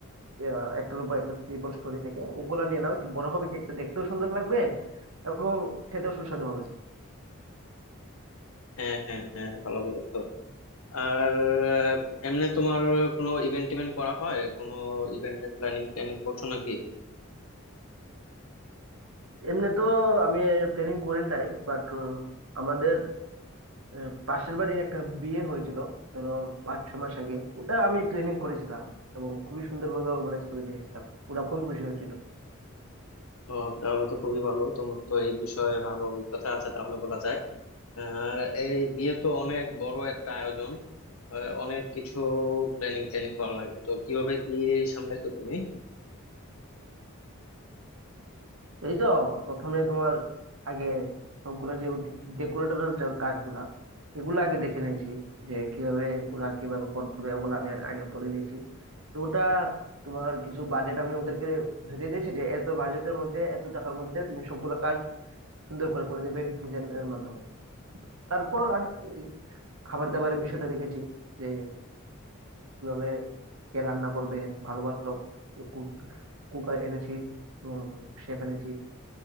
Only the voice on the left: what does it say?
হ্যাঁ হ্যাঁ হ্যাঁ ভালো বলেছো আর আহ, এমনি তোমার কোনো ইভেন্ট টিভেন্ট করা হয় কোনো ইভেন্টের প্ল্যানিং প্ল্যানিং করছো নাকি
ও, তাহলে তো খুবই ভালো তোমার তো এই বিষয়ে ভালো অভিজ্ঞতা আছে তাহলে বলা যায় আর এই বিয়ে তো অনেক বড় একটা আয়োজন আহ, অনেক কিছু প্ল্যানিং ট্যানিং করা লাগে তো কিভাবে কি সামলাইছো তুমি